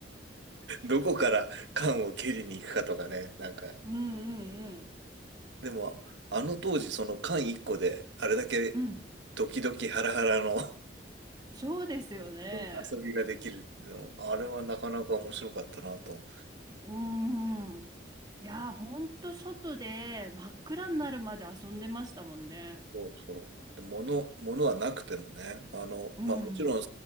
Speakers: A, on the right (about 70°); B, on the right (about 20°).
A: う、<laughs> どこから缶を蹴りに行くかとかね、なんか。
B: うんうんうん。
A: でも、あの当時、その缶1個で、あれだけ
B: うん。
A: ドキドキハラハラの
B: そうですよね。
A: うん <laughs> 遊びができるの。あれはなかなか面白かったなと。
B: うんうん。いやー、ほんと外で真っ暗になるまで遊んでましたもんね。
A: そうそう。で、物、物はなくてもね、あの、
B: うん。
A: まあもちろん、